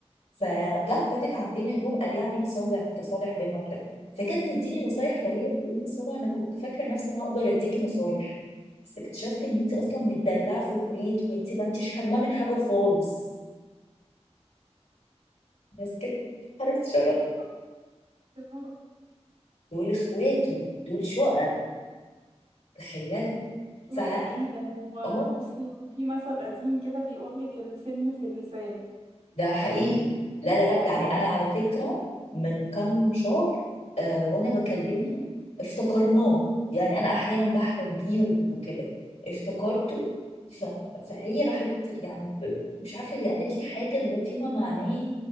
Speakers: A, on the left; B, on the right.
A: فجت باتت عندنا يوم قال يعني تصالح تصالح بينا وبتاع فكانت تديني نصايح فهي بتقول لي ساره انا كنت فاكره نفسي هقدر اديكي نصايح بس اكتشفت ان انت اصلا متدلعه في البيت وانت ما انتش حرمه من حاجه خالص بس كده عرفت شرط
B: يا نهار يا نهار
A: دول اخواته دول شقق تخيلي
B: شوية
A: ف
B: ايه ده هو
A: اه
B: بصي في مثل قديم كده بيقول لك السم في اللسان
A: ده حقيقي لا لا لا
B: انا
A: يعني
B: ما
A: انا على فكره
B: كنتش
A: من كام شهر آه وانا بكلمها افتكرناه يعني انا احيانا بحلم بيه و- وكده افتكرته
B: اه
A: ف... فهي راحت يعني ب... مش عارفه هي قالت لي حاجه اللي هو فيما معناه